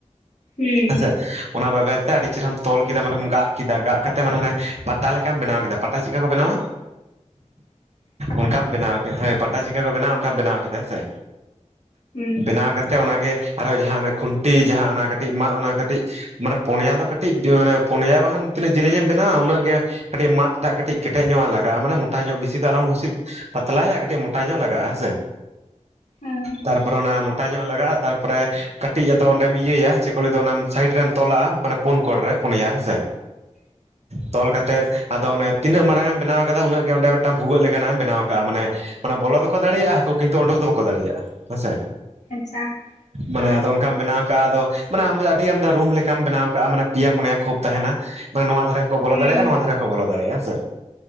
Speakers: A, on the left; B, on the right.
A: ᱦᱩᱸ
B: ᱦᱮ ᱥᱮ ᱚᱱᱟ ᱵᱮᱵᱮᱨ ᱛᱮ ᱟᱹᱰᱤ ᱪᱮᱦᱨᱟᱢ ᱛᱚᱞ ᱠᱮᱫᱟ ᱢᱮᱢ ᱜᱟᱜ ᱠᱮᱫᱟ ᱜᱟᱜ ᱠᱟᱛᱮᱫ ᱢᱟᱱᱮ ᱦᱟᱱᱮ ᱯᱟᱴᱟ ᱞᱮᱠᱟᱢ ᱵᱮᱱᱟᱣ ᱠᱮᱫᱟ ᱯᱟᱴᱟ ᱪᱮᱫᱠᱟ ᱠᱚ ᱵᱮᱱᱟᱣᱟ᱾
A: <inaudible>
B: ᱚᱱᱠᱟᱢ ᱵᱮᱱᱟᱣ ᱠᱮᱫᱟ ᱦᱮᱸ ᱯᱟᱴᱟ ᱪᱤᱠᱟᱹ ᱠᱚ ᱵᱮᱱᱟᱣᱟ ᱚᱱᱠᱟᱢ ᱵᱮᱱᱟᱣ ᱠᱮᱫᱟ ᱦᱮᱸ ᱥᱮ᱾
A: ᱦᱩᱸ
B: ᱵᱮᱱᱟᱣ ᱠᱟᱛᱮ ᱚᱱᱟ ᱜᱮ ᱟᱨᱦᱚᱸ ᱡᱟᱸᱦᱟᱸ ᱠᱷᱩᱱᱴᱤ ᱡᱟᱸᱦᱟᱸ ᱚᱱᱟ ᱠᱟᱹᱴᱤᱡ ᱢᱟᱜ ᱚᱱᱟ ᱠᱟᱹᱴᱤᱡ ᱢᱟᱱᱮ ᱯᱚᱱᱭᱟ ᱫᱚ ᱠᱟᱹᱴᱤᱡ ᱢᱟᱱᱮ ᱯᱚᱱᱭᱟ ᱵᱟᱠᱷᱟᱱ ᱛᱤᱱᱟᱹᱜ ᱡᱮᱞᱮᱧᱮᱢ ᱵᱮᱱᱟᱣᱟ ᱩᱱᱟᱹᱜ ᱜᱮ ᱠᱟᱹᱴᱤᱡ ᱢᱟᱫ ᱴᱟᱜ ᱠᱟᱹᱴᱤᱡ ᱠᱮᱴᱮᱡ ᱧᱚᱜᱼᱟᱜ ᱞᱟᱜᱟᱜᱼᱟ, ᱢᱟᱱᱮ ᱢᱚᱴᱟ ᱧᱚᱜ ᱵᱤᱥᱤ ᱫᱚ ᱟᱞᱚᱢ ᱦᱩᱥᱤᱫ ᱯᱟᱛᱞᱟᱭᱟᱜ ᱠᱟᱹᱴᱤᱡ ᱢᱚᱴᱟ ᱧᱚᱜ ᱞᱟᱜᱟᱜ ᱦᱮᱸ ᱥᱮ᱾
A: ᱦᱮᱸ
B: ᱛᱟᱨᱯᱚᱨᱮ ᱚᱱᱟ ᱢᱚᱴᱟ ᱧᱚᱜ ᱞᱟᱜᱟᱜᱼᱟ ᱛᱟᱨᱯᱚᱨᱮ ᱛᱟᱯᱚᱨ ᱚᱱᱟ ᱢᱚᱴᱟ ᱧᱚᱜ ᱞᱟᱜᱟᱜ ᱛᱟᱯᱚᱨᱮ ᱠᱟᱹᱴᱤᱡ ᱟᱫᱚ ᱚᱸᱰᱮᱢ ᱤᱭᱟᱹᱭᱟ ᱪᱮᱫ ᱠᱚ ᱞᱟᱹᱭ ᱚᱱᱟ ᱥᱟᱭᱤᱰ ᱨᱮᱢ ᱛᱚᱞᱟᱜᱼᱟ, ᱢᱟᱱᱮ ᱯᱩᱱ ᱠᱚᱲ ᱨᱮ ᱯᱩᱱᱭᱟ ᱦᱮᱸ ᱥᱮ᱾
A: <inaudible>
B: ᱛᱚᱞ ᱠᱟᱛᱮᱫ ᱟᱫᱚ ᱚᱱᱮ ᱛᱤᱱᱟᱜ ᱢᱟᱨᱟᱝ ᱮ ᱮᱢ ᱵᱮᱱᱟᱣ ᱠᱟᱫᱟ ᱩᱱᱟᱹᱜ ᱜᱮ ᱚᱸᱰᱮ ᱢᱤᱫᱴᱟᱱ ᱵᱷᱩᱜᱟᱹᱜ ᱞᱮᱠᱟᱱᱟᱜ ᱮᱢ ᱵᱮᱱᱟᱣ ᱠᱟᱜᱼᱟ, ᱢᱟᱱᱮ ᱢᱟᱱᱮ ᱵᱚᱞᱚ ᱫᱚᱠᱚ ᱫᱟᱲᱮᱭᱟᱜᱼᱟ ᱠᱤᱱᱛᱩ ᱩᱰᱩᱠ ᱫᱚ ᱵᱟᱠᱚ ᱫᱟᱲᱮᱭᱟᱜᱼᱟ ᱦᱮᱸᱥᱮ᱾
A: ᱟᱪᱪᱷᱟ ᱦᱚᱸ
B: ᱢᱟᱱᱮ ᱟᱫᱚ ᱚᱱᱠᱟᱢ ᱵᱮᱱᱟᱣ ᱠᱟᱜᱼᱟ ᱟᱫᱚ᱾ ᱢᱟᱱᱮ ᱟᱢ ᱟᱹᱰᱤ ᱟᱢᱫᱟ ᱨᱩᱢ ᱞᱮᱠᱟᱢ ᱵᱮᱱᱟᱣ ᱠᱟᱜᱼᱟ ᱢᱟᱱᱮ ᱯᱮᱭᱟ ᱯᱩᱱᱭᱟ ᱠᱷᱳᱯ ᱛᱟᱦᱮᱱᱟ ᱢᱟᱱᱮ ᱱᱚᱣᱟ ᱫᱷᱟᱨᱮ᱾ ᱠᱚ ᱵᱚᱞᱚ
A: ᱦᱩᱸ
B: ᱫᱟᱲᱮᱭᱟᱜᱼᱟ ᱱᱚᱣᱟ ᱫᱷᱟᱨᱮ ᱠᱚ ᱵᱚ ᱫᱟᱲᱮᱭᱟᱜᱼᱟ ᱦᱮᱸ ᱥᱮ᱾